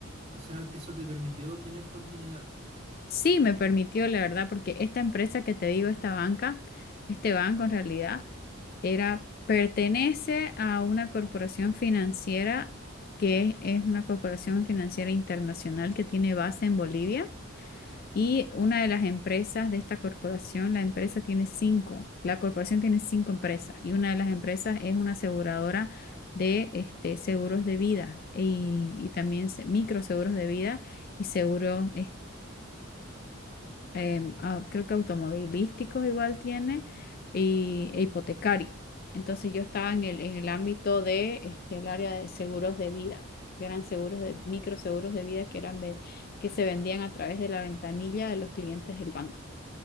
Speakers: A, on the right; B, on the left.
A: O sea, eso te permitió tener continuidad.
B: Sí, me permitió, la verdad, porque esta empresa que te digo, esta banca, este banco en realidad, era, pertenece a una corporación financiera que es una corporación financiera internacional que tiene base en Bolivia y una de las empresas de esta corporación, la empresa tiene cinco, la corporación tiene cinco empresas y una de las empresas es una aseguradora de este, seguros de vida y, y también se- microseguros de vida y seguros em, ah, creo que automovilísticos igual tiene, y e hipotecario. Entonces yo estaba en el, en el ámbito de, este, el área de seguros de vida, que eran seguros de, microseguros de vida que eran, ve- que se vendían a través de la ventanilla de los clientes del banco.